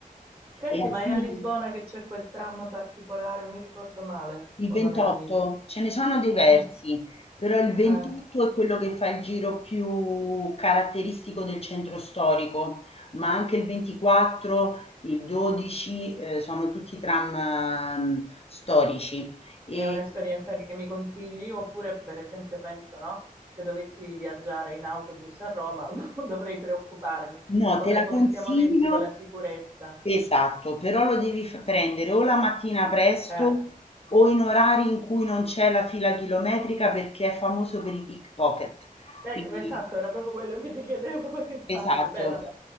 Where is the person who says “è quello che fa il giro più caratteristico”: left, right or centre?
Left